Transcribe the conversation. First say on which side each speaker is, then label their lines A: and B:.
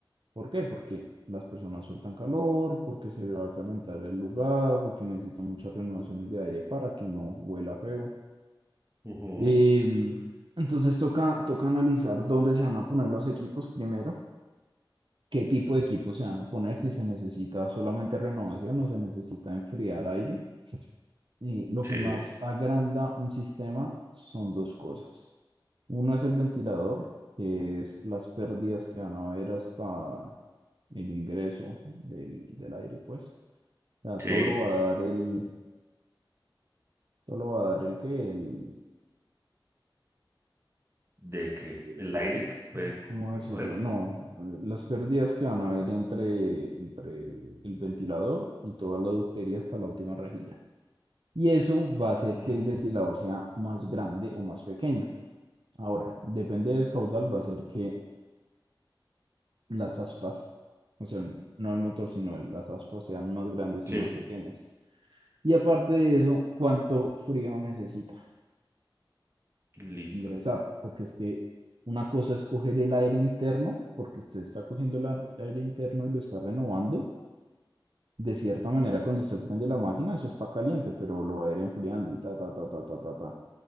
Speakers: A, on the right; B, on the right.
A: ¿Por qué? Porque las personas sueltan calor, porque se va a calentar el lugar, porque necesitan muchas renovaciones de aire para que no huela feo.
B: ujú,
A: Em, entonces toca, toca analizar dónde se van a poner los equipos primero, qué tipo de equipos se van a poner, si se necesita solamente renovación o se necesita enfriar aire. Eh, lo
B: Sí,
A: que más agranda un sistema son dos cosas. Uno es el ventilador, que es las pérdidas que van a haber hasta el ingreso del, del aire, pues. O sea,
B: sí,
A: todo lo va a dar el, todo lo va a dar el que, el,
B: de que
A: el-
B: el aire que puede
A: ¿cómo
B: recoger.
A: decirlo? No, eh, las pérdidas que van a haber entre, entre el ventilador y toda la ductería hasta la última rejilla. Y eso va a hacer
B: mm,
A: que el ventilador sea más grande o más pequeño. Ahora, depende del caudal, va a ser que las aspas, o sea, no el motor, sino el- las aspas sean más grandes
B: sí,
A: o más pequeñas. Y aparte de eso, cuánto frío necesita
B: Listo,
A: ingresar, porque es que una cosa es coger el aire interno, porque usted está cogiendo el ar- aire interno y lo está renovando. De cierta manera, cuando usted prende la máquina, eso está caliente, pero lo va a ir enfriando y ta, ta, ta, ta, ta, ta, ta.